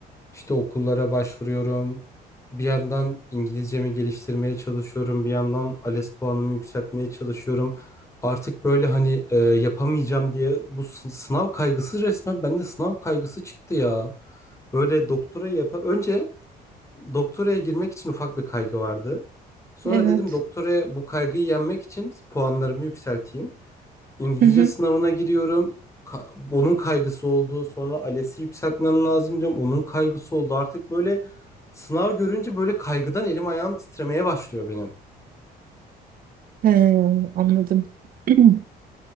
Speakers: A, on the left; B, on the right.
A: İşte okullara başvuruyorum. Bir yandan İngilizcemi geliştirmeye çalışıyorum. Bir yandan ALES puanımı yükseltmeye çalışıyorum. Artık böyle hani e, yapamayacağım diye bu sı- sınav kaygısı resmen bende sınav kaygısı çıktı ya. Böyle doktora yapa önce Doktoraya girmek için ufak bir kaygı vardı. Sonra
B: Evet.
A: dedim doktoraya bu kaygıyı yenmek için puanlarımı yükselteyim. İngilizce
B: Hı hı.
A: sınavına giriyorum. Ka- onun kaygısı oldu. Sonra ALES'i yükseltmem lazım diyorum. Onun kaygısı oldu. Artık böyle sınav görünce böyle kaygıdan elim ayağım titremeye başlıyor benim.
B: He, anladım. <clears throat>